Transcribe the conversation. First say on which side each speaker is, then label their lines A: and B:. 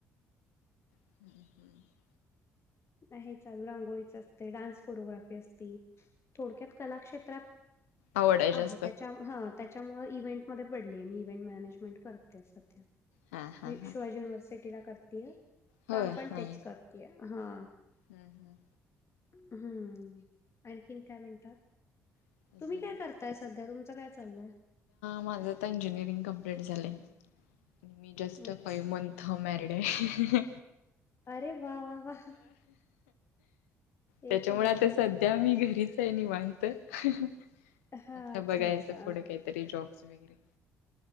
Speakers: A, on the left; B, on the left.
A: <inaudible>
B: आहे चालू रांगोळीच असते डान्स कोरोग्राफी असती थोडक्यात कलाक्षेत्रात
A: आवड जास्त
B: आहे त्याचा ह त्याच्यामुळे इव्हेंट. मध्ये पडले मी इव्हेंट मॅनेजमेंट करते सध्या
A: हा हा हा
B: शिवाजी युव्हर्सिटीला करते.
A: होय
B: काम पण
A: होय
B: तेच करतीय हा.
A: हम्म हम्म.
B: हम्म आणखीन काय म्हणता
A: अजून
B: तुम्ही काय कर. ताय सध्या तुमचं काय चाललंय.
A: माझं आता इंजिनिअरिंग कमप्लीट झालंय मी जस्ट
B: मच्छ
A: फाईव्ह मंथ हो मॅरिड आहे.
B: अरे वा वा वा
A: त्याच्यामुळे
B: एक नंबर
A: आता सध्या मी घरीच आहे निवांत आता
B: हा अच्छा
A: बघायचं.
B: अच्छा
A: पुढं काहीतरी जॉबच वैगेरे.